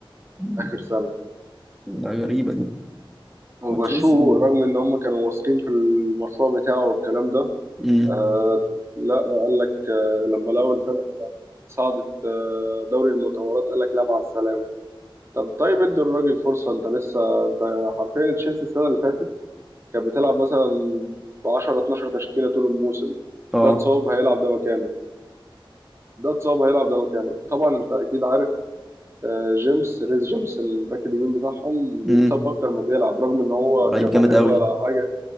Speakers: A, in the centre; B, on the right (about 30°).
A: مم.
B: آه اخر سنه
A: ده غريبة دي
B: وبشو
A: وتشيلسي
B: رغم ان هم كانوا واثقين في المشروع بتاعه والكلام ده
A: امم
B: آه لا قال لك آه لما لقوا الفرقه صعدت آه دوري المطورات قال لك لا مع السلامه طب طيب ادي الراجل فرصه انت لسه انت حرفيا تشيلسي السنه اللي فاتت كانت بتلعب مثلا ب 10 12 تشكيله طول الموسم
A: اه
B: ده اتصاب هيلعب ده مكانه ده اتصاب هيلعب ده مكانه وطبعا انت اكيد عارف آه، جيمس ريس جيمس الباك اليمين بتاعهم بيتصاب
A: امم
B: اكتر ما بيلعب رغم ان هو
A: لعيب
B: كموهبه
A: جامد قوي
B: حاجه